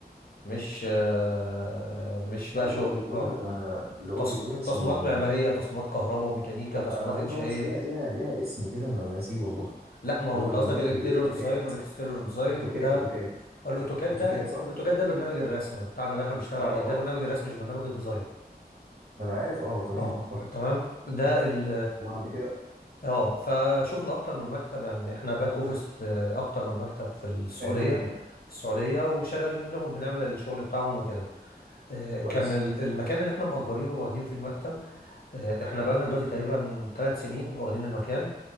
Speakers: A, on the left; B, on the right.
A: مش آه، مش بقى
B: اه اللي
A: شغل
B: هو بيكون
A: اه
B: آه، اللي هو
A: تص...
B: بيكون
A: تصميمات
B: اسمه
A: معماريه تصميمات كهرباء وميكانيكا
B: انا
A: تصميمات
B: انا عارفها
A: انشائيه
B: اه بس ليها ليها ليها اسم كده انا ناسيه والله
A: لا ما
B: اللي
A: هو
B: هو
A: انت
B: البرنامج
A: قصدك الانتيريور
B: اللي بي- اتوكات
A: ديزاين والاكستيريور ديزاين
B: اتوكات
A: ده
B: اتوكات
A: الاوتوكاد
B: اتوكات
A: ده الاوتوكاد
B: صح؟
A: ده برنامج الرسم بتاعنا اللي احنا بنشتغل
B: اه
A: عليه
B: اه
A: ده برنامج الرسم مش برنامج الديزاين
B: ما انا عارف اه تمام
A: اه
B: صح
A: تمام ده ال
B: وبعد كده
A: اه فشفنا اكتر من مكتب يعني احنا باك اوفيس اكتر من مكتب في السعوديه
B: حلو جدا
A: في السعوديه وشغالين لهم بنعمل الشغل بتاعهم وكده آه،
B: كويس
A: كان ال- المكان اللي احنا مأجرينه واخدين فيه المكتب آه، احنا بقالنا دلوقتي تقريبا ثلاث سنين واخدين المكان